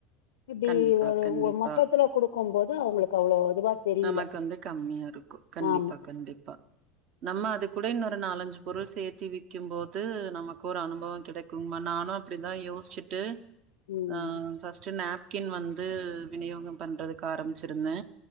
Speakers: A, on the left; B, on the right.
A: இப்டி
B: கண்டிப்பா
A: ஒரு
B: கண்டிப்பா
A: மொத்தத்துல கொடு க்கும்போது அவங்களுக்கு அவ்ளோ இதுவா தெரியல
B: நமக்கு வந்து கம்மியா இருக்கு கண்டிப்பா
A: ஆமா
B: கண்டிப்பா நம்ம அது கூட இன்னொரு நாலஞ்சு பொருள் சேத்திவிக்கு போது நமக்கு ஒரு அனுபவோ கிடைக்குமா நானு அப்பிடிதா யோசிச்ட்டு
A: ம்
B: ஆ ஃபஸ்ட் நேப் க்கின் வந்து விநியோகோ பண்றதுக்காரம்பிச்சுருத்த